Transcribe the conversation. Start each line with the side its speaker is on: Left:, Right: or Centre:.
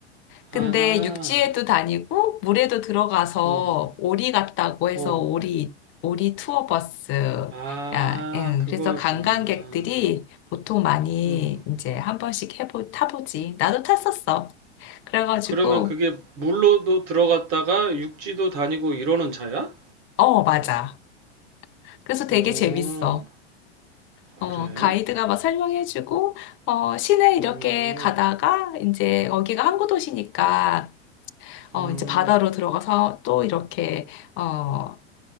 Left: 근데
Right: 아하,
Left: 육지에도 다니고 물에도 들어가서
Right: 어,
Left: 오리 같다고 해서
Right: 어,
Left: 오리 오리 투어 버스
Right: 아,
Left: 야, 응.
Right: 그거였구나.
Left: 그래서 관광객들이 보통 많이
Right: 음,
Left: 이제 한 번씩 해보 타보지. 나도 탔었어. 그래가지고
Right: 그러면 그게 물로도 들어갔다가 육지도 다니고 이러는 차야?
Left: 어 맞아. 그래서 되게
Right: 오,
Left: 재밌어. 어,
Right: 그래?
Left: 가이드가 막 설명해주고, 어, 시내 이렇게
Right: 음,
Left: 가다가, 이제, 여기가 항구 도시니까, 어,
Right: 음,
Left: 이제 바다로 들어가서 또 이렇게, 어,